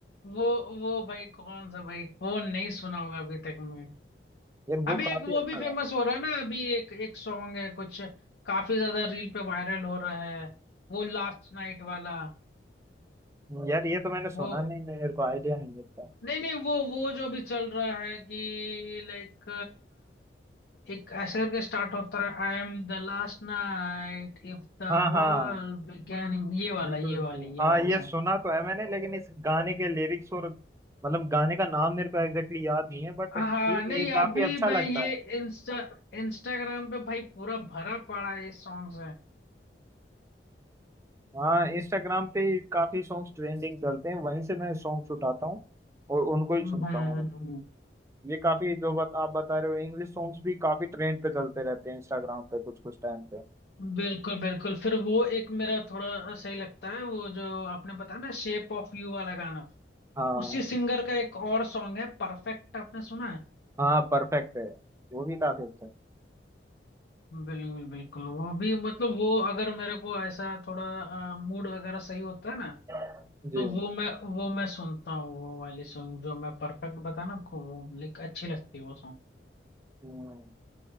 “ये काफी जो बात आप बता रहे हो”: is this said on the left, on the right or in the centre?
Right